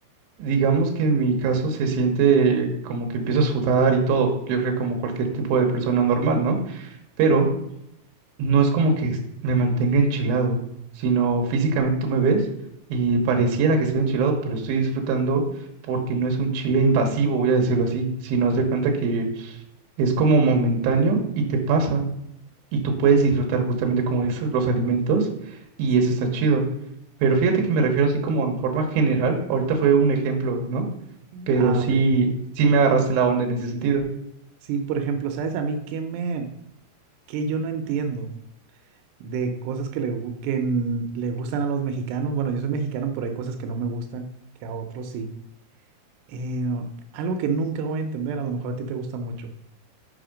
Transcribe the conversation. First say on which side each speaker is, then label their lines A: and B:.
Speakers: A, on the right; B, on the right.
A: Digamos que en mi caso se siente como que empiezo a sudar y todo, yo creo que como cualquier tipo de persona normal, ¿no? Pero no es como que me mantenga enchilado, sino físicamente tú me ves y pareciera que estoy enchilado, pero estoy disfrutando porque no es un chile invasivo, voy a decirlo así, sino haz de cuenta que es como momentáneo y te pasa y tú puedes disfrutar justamente como dices los alimentos y
B: Sí,
A: eso está chido. Pero fíjate que me refiero así como en forma general, ahorita fue un ejemplo, ¿no? Pero
B: ah,
A: sí,
B: ok.
A: sí me agarraste la onda en ese sentido.
B: Sí, por ejemplo, ¿sabes a mí qué me, qué yo no entiendo de cosas que le, gu- que n- le gustan a los mexicanos? Bueno, yo soy mexicano, pero hay cosas que no me gustan, que a otros sí. Eh, algo que nunca voy a entender, a lo mejor a ti te gusta mucho,